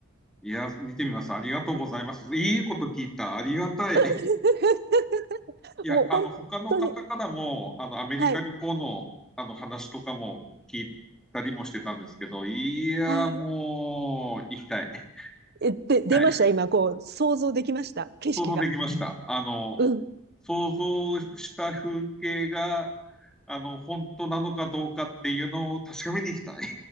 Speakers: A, in the centre; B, on the right.
A: いや、見てみます。ありがとうございます。いいこと聞いた。ありがたい。
B: <laughs>
A: いや、
B: もう本当に、
A: あの、他の方からも、あの、アメリカ旅行の、
B: はい、
A: あの、話とかも聞いたりもしてたんですけど、いや、
B: はい。
A: もう、行きたい。行き
B: え、で、出ました今、
A: たい。
B: こう、想像できました景色が。
A: 想像できました。あの、
B: うん。
A: 想像した風景が、あの、本当なのかどうかっていうのを確かめに行きたい。